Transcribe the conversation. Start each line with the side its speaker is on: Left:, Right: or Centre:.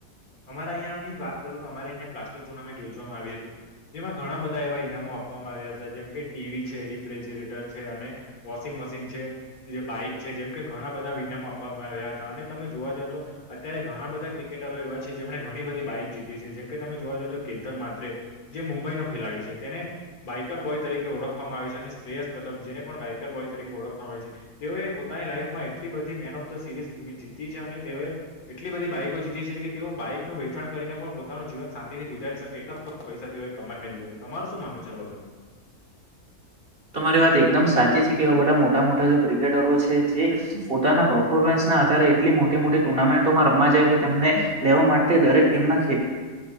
Left: અમારા અહીંયાંની જ વાત કરું તો અમારે અહીંયાં પ્લાસ્ટિક ટુર્નામેન્ટ યોજવામાં આવી હતી જેમાં ઘણા બધા એવા ઈનામો આપવામાં આવ્યા તા જેમ કે ટીવી છે રિફ્રિજીરેટર છે અને વોશિંગ મશીન છે બાઈક છે જેમ કે ઘણા બધા ઈનામો આપવામાં આવ્યા હતા અને તમે જોવા જાવ તો અત્યારે ઘણા બધા ક્રિકેટરો એવા જેમણે ઘણી બધી બાઈક જીતી છે જેમ કે તમે જોવા જાવ તો કેતન માત્રે જે મુંબઈ નો ખેલાડી છે તેને બાઈકર બોય તરીકે ઓળખવામાં આવે છે અને શ્રેયસ કદમ જેને પણ બાઈકર બોય તરીકે ઓળખવામાં આવે છે તેઓએ પોતાની લાઈફમાં એટલી બધી મેન ઓફ ધ સિરીઝ જીતી છે અને તેઓએ એટલી બધી બાઈકો જીતી છે કે તેઓ બાઇક નું વેચાણ કરીને પણ પોતાનું જીવન શાંતિથી ગુજારી શકે એટલા બધા પૈસા તેઓએ કમાઈ લીધા છે. તમાર શું માનું છે આ બાબતે?
Right: તમારી વાત એકદમ સાચી છે કે એવા બધા મોટા મોટા જો ક્રિકેટરો છે જે પોતાના પરફોર્મન્સ ના આધારે એટલી મોટી મોટી ટુર્નામેન્ટોમાં રમવા જાય છે તેમને લેવા માટે દરેક ટીમના